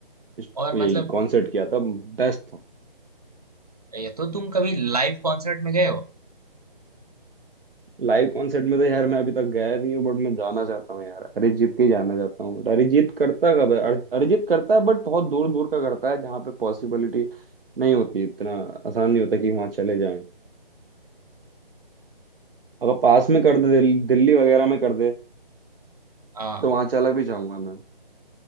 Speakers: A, on the right; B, on the right.
A: इस-
B: और
A: यही
B: मतलब
A: कॉन्सर्ट किया था बेस्ट
B: ये तो तुम कभी लाइव कॉन्सर्ट में गए हो?
A: लाइव कॉन्सर्ट में तो यार मैं अभी तक गया नहीं हूँ बट मैं जाना चाहता हूँ यार अरिजीत के ही जाना चाहता हूँ बट अरिजीत करता कब है अर- अरिजीत करता है बट बहुत दूर दूर का करता है जहाँ पे पॉसिबिलिटी नहीं होती इतना आसान नहीं होता कि वहाँ चले जाएं अगर पास में कर दे दिल, दिल्ली वगैरह में कर दे
B: हाँ,
A: तो वहाँ चला भी जाऊंगा मैं